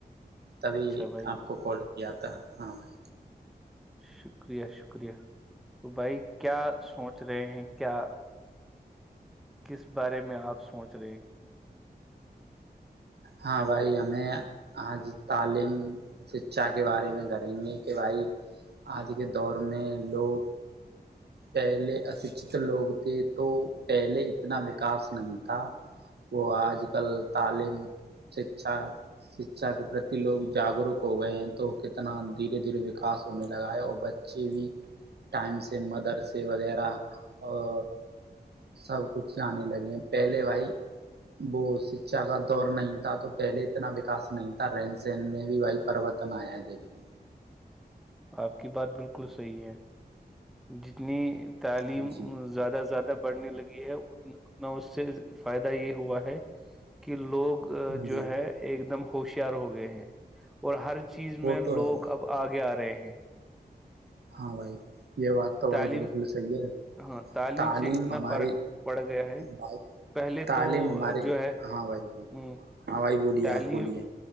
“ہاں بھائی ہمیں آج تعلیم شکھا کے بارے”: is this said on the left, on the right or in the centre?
Right